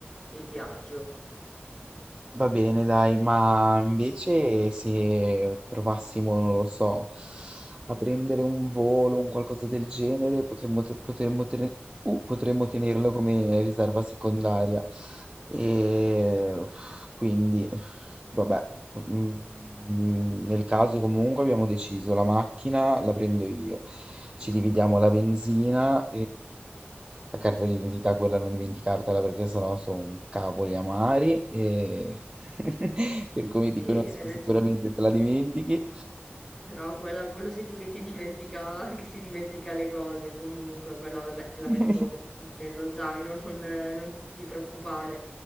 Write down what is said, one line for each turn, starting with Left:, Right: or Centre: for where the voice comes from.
Left: il viaggio.
Right: Va bene, dai, ma invece se provassimo, non lo so, a prendere un volo, un qualcosa del genere, potremmo, te- potremmo tene- uh, potremmo tenerlo come riserva secondaria. E uff, quindi, vabbè, mm, nel caso comunque abbiamo deciso, la macchina la prendo io, ci dividiamo la benzina la carta d'identità, quella non dimenticartela perché sennò sono cavoli amari e <laughs> per come
Left: <laughs>
Right: ti
Left: Sì,
Right: conosco
Left: hai ragione.
Right: sicuramente te la dimentichi.
Left: <laughs> No, quella- quello sei tu che ti dimentica, <laughs> che si dimentica le cose. Comunque, quella vabbè, la
Right: <laughs>
Left: metto nello zaino, <laughs> non, non ti preoccupare.